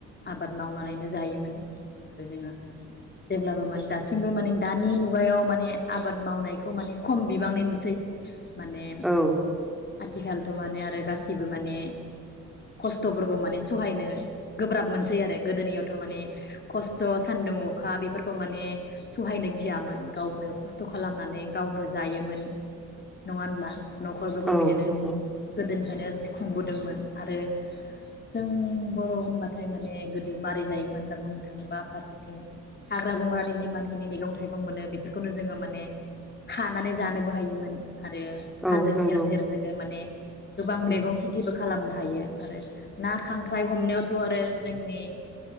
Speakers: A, on the left; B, in the centre.
A: आबाद मावनानैनो जायोमोन। आरो जोङो जेब्लाबो माने दासिमबो माने दानि मुगायाव माने आबाद मावनायखौ माने खम बिबांनि नुसै माने
B: औ
A: आथिखालथ' माने आरो गासिबो माने, खस्थ'फोरखौ माने, सहायनो गोब्राब मोनसै आरो गोदोनियावथ' माने खस्थ' सान्दुं अखा बेफोरखौ माने, सहायनो गियामोन गावनो खस्थ' खालामनानै गावनो जायोमोन नङा होनब्ला? बिदिनो
B: औ नंगौ
A: गोदो <unintelligible> <unintelligible> खुंबोदोंमोन आरो जों बर' होनबाथाय माने गोदो मारै जायोमोन होनना बुंनो थाङोबा? फारसेथिं हाग्रा बंग्रानि जिमानखिनि मैगं थाइगं मोनो बेफोरखौनो जोङो माने खानानै जानोबो हायोमोन। आरो
B: औ
A: हाजो
B: नंगौ
A: सेर सेर जोङो माने गोबां
B: उम
A: मेगं खेथिबो खालामनो हायो आरो ना खांख्राइ हमनायावथ' आरो जोंनि